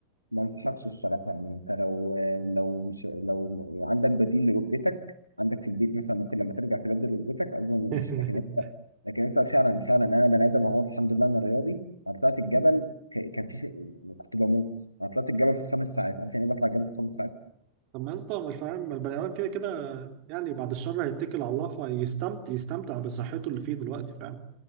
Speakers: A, on the left; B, on the right.
A: ما انصحكش الصراحه يعني انت لو لو مش لو عندك بديل لركبتك عندك في البيت مثلا ممكن لما ترجع تبدل ركبتك اظن
B: <laughs>
A: ماشي لكن انت لكن انت فعلا فعلا انا بني ادم اهو الحمد لله انا رياضي انا طلعت الجبل ك- كان في كنت بموت انا طلعت الجبل في خمس ساعات عارف يعني ايه بطلع الجبل في خمس ساعات
B: طب ما يا اسطى ما الفهم ما البني ادم كده كده يعني بعد الشر هيتكل على الله فيستمتع يستمتع بصحته اللي فيه دلوقتي فاهم